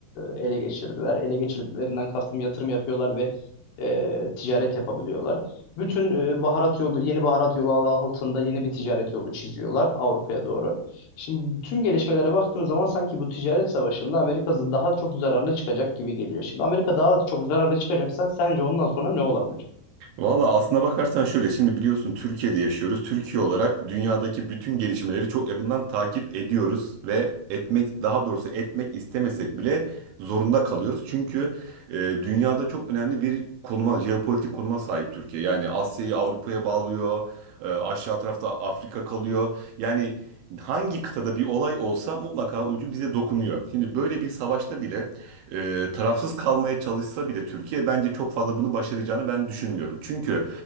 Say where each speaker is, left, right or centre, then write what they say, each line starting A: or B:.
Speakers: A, on the left (about 85°); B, on the right (about 75°).
A: e, ele geçirdiler. Ele geçirdiklerinden kastım yatırım yapıyorlar ve e, ticaret yapabiliyorlar. Bütün e, baharat yolu, yeni baharat yolu adı altında yeni bir ticaret yolu çiziyorlar Avrupa'ya doğru. Şimdi tüm gelişmelere baktığın zaman sanki bu ticaret savaşında Amerika daha çok zararlı çıkacak gibi geliyor. Şimdi Amerika daha çok zararlı çıkacaksa sence ondan sonra ne olabilir?
B: Valla aslına bakarsan şöyle şimdi biliyorsun Türkiye'de yaşıyoruz. Türkiye olarak dünyadaki bütün gelişmeleri çok yakından takip ediyoruz ve etmek daha doğrusu etmek istemesek bile zorunda kalıyoruz. Çünkü e, dünyada çok önemli bir konuma, jeopolitik konuma sahip Türkiye. Yani Asya'yı Avrupa'ya bağlıyor, e, aşağı tarafta Afrika kalıyor. Yani hangi kıtada bir olay olsa mutlaka ucu bize dokunuyor. Şimdi böyle bir savaşta bile e, tarafsız kalmaya çalışsa bile Türkiye bence çok fazla bunu başaracağını ben düşünmüyorum. Çünkü